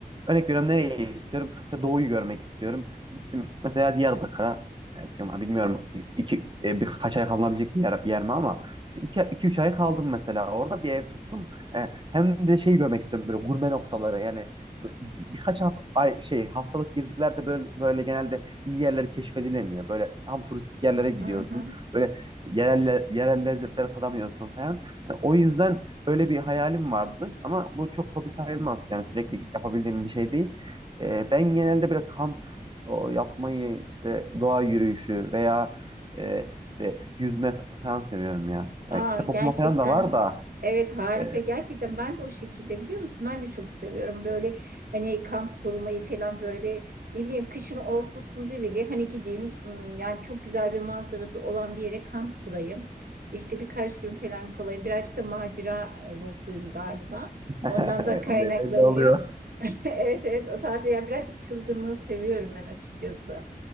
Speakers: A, on the right; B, on the right.
A: örnek veriyorum nereye istiyorum? İşte doğuyu görmek istiyorum. Gittim mesela Diyarbakır'a e, bilmiyorum iki e, birkaç ay kalınabilecek bir yer, yer mi ama işte iki, iki üç ay kaldım mesela orada bir ev tuttum. E, hem de şey görmek istiyorum böyle gurme noktaları yani bir- birkaç hafta ay şey haftalık gezilerde böyle böyle genelde iyi yerleri keşfedilemiyor. Böyle tam turistik yerlere gidiyorsun.
B: Hı hı.
A: Böyle yerel yerel lezzetlere tadamıyorsun falan. Yani o yüzden öyle bir hayalim vardı ama bu çok hobi sayılmaz. Yani sürekli yapabildiğim bir şey değil. Ee, ben genelde böyle kamp o, yapmayı işte doğa yürüyüşü veya e, işte yüzme falan seviyorum ya.
B: Aa,
A: Yani kitap
B: gerçekten
A: okuma falan da var
B: ha-
A: da
B: ha- evet harika
A: e,
B: gerçekten ben de o şekilde biliyor musun ben de çok seviyorum böyle hani kamp kurmayı falan böyle ne bileyim kışın ortasında bile hani gideyim ım, yani çok güzel bir manzarası olan bir yere kamp kurayım işte birkaç gün falan kalayım birazcık da macera ruhluyum galiba
A: <laughs>
B: ondan da kaynaklanıyor
A: belli oluyor.
B: <laughs> evet evet o tarz yani birazcık çılgınlığı seviyorum ben açıkçası